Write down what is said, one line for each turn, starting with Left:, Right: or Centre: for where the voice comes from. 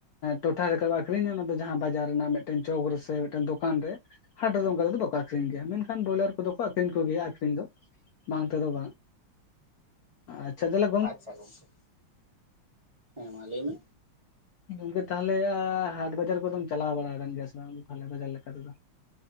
Left: ᱴᱚᱴᱷᱟ ᱞᱮᱠᱟ ᱟᱠᱷᱨᱤᱧᱟ ᱚᱱᱟ ᱫᱚ ᱡᱟᱦᱟᱸ ᱵᱟᱡᱟᱨ ᱨᱮᱱᱟᱜ ᱢᱤᱫᱴᱮᱱ ᱪᱚᱠ ᱨᱮ ᱢᱤᱫᱴᱮᱱ ᱫᱚᱠᱟᱱ ᱨᱮ ᱦᱟᱴ ᱨᱮᱫᱚ ᱚᱱᱠᱟ ᱛᱮᱫᱚ ᱵᱟᱠᱚ ᱟᱠᱷᱨᱤᱧ ᱜᱮᱭᱟ ᱢᱮᱱᱠᱷᱟᱱ ᱵᱚᱭᱞᱟᱨ ᱠᱚᱫᱚ ᱠᱚ ᱟᱠᱷᱨᱤᱧ ᱠᱚᱜᱭᱟ ᱟᱠᱷᱨᱤᱧ ᱫᱚ ᱵᱟᱝ ᱛᱮᱫᱚ ᱵᱟᱝ ᱟᱪᱪᱷᱟ ᱛᱟᱦᱚᱞᱮ
Right: ᱟᱪᱪᱷᱟ ᱜᱚᱝᱠᱮ ᱦᱮᱸ ᱢᱟ ᱞᱟᱹᱭ ᱢᱮ
Left: ᱜᱚᱝᱠᱮ ᱛᱟᱦᱚᱞᱮ ᱦᱟᱴ ᱵᱟᱡᱟᱨ ᱠᱚᱫᱚᱢ ᱪᱟᱞᱟᱣ ᱵᱟᱲᱟ ᱟᱠᱟᱱ ᱜᱮᱭᱟ ᱥᱮ ᱵᱟᱝ ᱯᱟᱦᱞᱮ ᱵᱟᱡᱟᱨ ᱞᱮᱠᱟᱛᱮᱫᱚ